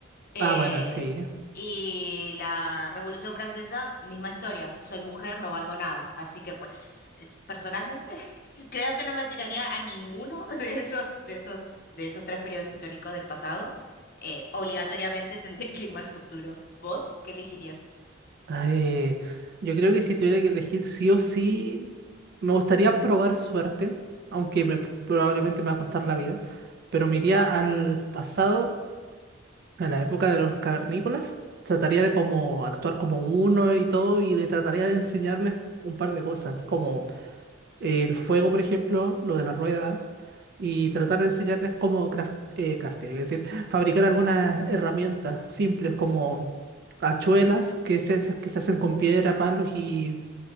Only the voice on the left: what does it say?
Eh,
y la Revolución Francesa, misma historia. Soy mujer, no valgo nada. Así que, pues, eh, personalmente, <laughs> creo que no me tiraría a ninguno <laughs> de esos, de esos, de esos tres periodos históricos del pasado. Eh, obligatoriamente tendría que irme al futuro. ¿Vos qué elegirías?